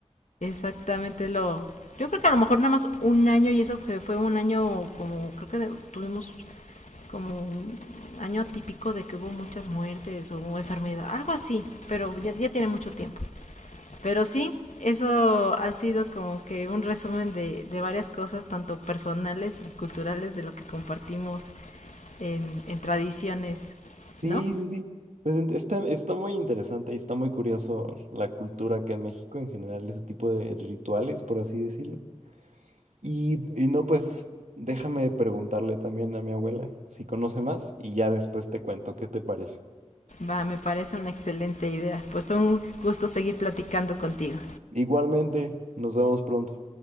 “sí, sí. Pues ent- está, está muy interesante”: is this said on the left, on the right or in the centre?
Right